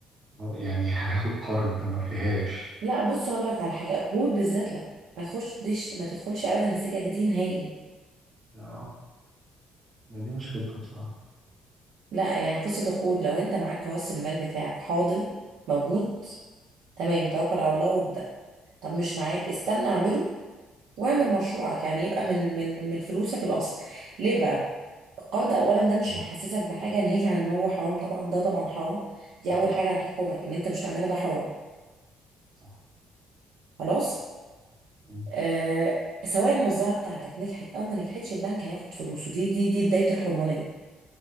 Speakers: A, on the right; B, on the right.
A: يعني هاخد قرض ما فيهاش
B: لا بص اقول لك على حاجة القروض بالذات لا ما تخش ديش ما تدخلش ابدا السكك دي نهائي
A: لا ما دي مشكلته بصراحة
B: لا يعني قصة القروض لو انت معاك راس المال بتاعك حاضر موجود تمام توكل على الله وابدأ طب مش معاك استنى اعمله واعمل مشروعك يعني يبقى من من من فلوسك الاصل ليه بقى القرض اولا ده مش
A: ايه
B: هيحسسك بحاجه ناهيك عن ان هو حرام طبعا ده طبعا حرام دي
A: أكيد
B: اول حاجه هتحكمك ان انت مش تعمله ده حرام
A: صح
B: خلاص
A: مم.
B: آه سواء المزرعه بتاعتك نجحت او ما نجحتش البنك هياخد فلوسه دي دي دي بدايه الحرمانيه